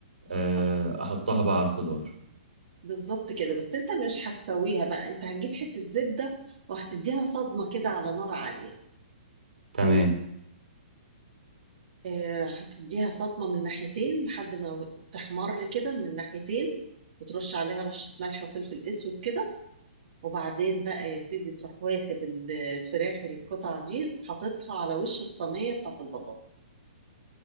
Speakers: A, on the right; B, on the right.
A: آه،
B: اه
A: أحطها بقى على الخضار
B: بالظبط كده بس انت مش هتسويها بقى انت هتجيب حتة زبدة وهتديها صدمة كده على نار عالية
A: تمام
B: آه، هتديها صدمة من ناحيتين لحد ما تحمر كده من الناحيتين وترش عليها رشة ملح وفلفل اسود كده وبعدين بقى يا سيدي تروح واخد الفراخ القطع دي حاططها على وش الصينية بتاعت البطاطس